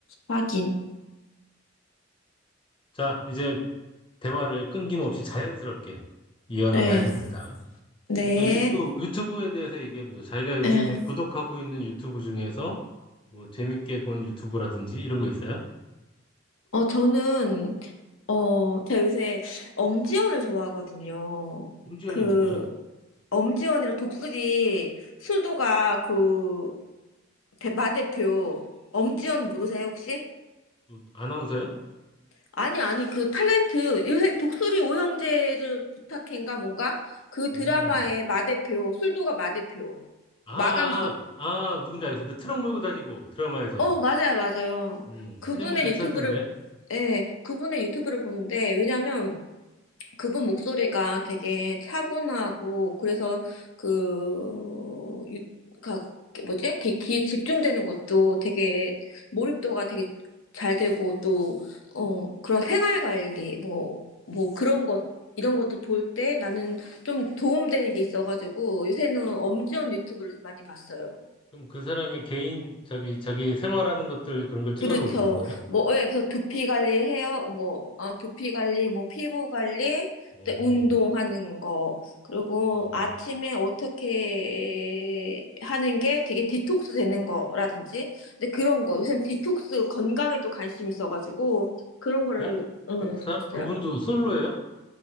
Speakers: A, on the left (about 85°); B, on the left (about 25°).
A: 확인.
B: 자, 이제 대화를 끊김없이 자연스럽게 이어나가야
A: 네.
B: 됩니다.
A: 네.
B: 먼저 유튜브, 유튜브에 대해서 얘기해보죠. 자기가 요즘에
A: 네.
B: 구독하고 있는 유튜브 중에서 뭐 재밌게 본 유튜브라든지 이런 거 있어요?
A: 어, 저는, 어, 제가 요새 엄지원을 좋아하거든요.
B: 엄지연이
A: 그,
B: 누구예요?
A: 엄지원이랑 독수리 술도가 그, 대, 마 대표. 엄지원 모르세요, 혹시?
B: 뭐 아나운서예요?
A: 아니, 아니, 그 탤런트, 요새 독수리 오형제를 부탁해인가 뭔가? 그 드라마의
B: 음.
A: 마 대표, 술도가 마 대표.
B: 아,
A: 마강숙.
B: 아, 아, 누군지 알겠어. 그 트럭 몰고 다니고 드라마에서.
A: 어, 맞아요, 맞아요.
B: 음,
A: 그분의
B: 그냥 뭐 괜찮던데.
A: 유튜브를, 예, 그분의 유튜브를 보는데, 왜냐면 그분 목소리가 되게 차분하고, 그래서 그, 유, 가, 뭐지? 귀, 귀에 집중되는 것도 되게, 몰입도가 되게 잘 되고, 또, 어, 그런 생활 관리, 뭐, 뭐 그런 것, 이런 것들 볼 때 나는 좀 도움되는 게 있어가지고, 요새는 엄지원 유튜브를 많이 봤어요.
B: 그럼 그 사람이 개인, 자기, 자기 생활하는 것들 그런 걸 찍어서
A: 그렇죠.
B: 올리는 거예요?
A: 뭐, 예, 그래서 두피 관리, 해요. 뭐, 아, 두피 관리, 뭐, 피부 관리,
B: 어.
A: 또 운동하는 거, 그리고
B: 음.
A: 아침에 어떻게 하는 게 되게 디톡스 되는 거라든지, 근데 그런 거, 요즘 디톡스 건강에 도 관심이 있어가지고, 그런 거를,
B: 그냥
A: 어,
B: 그, 그 사-
A: 봤어요.
B: 그분도 솔로예요?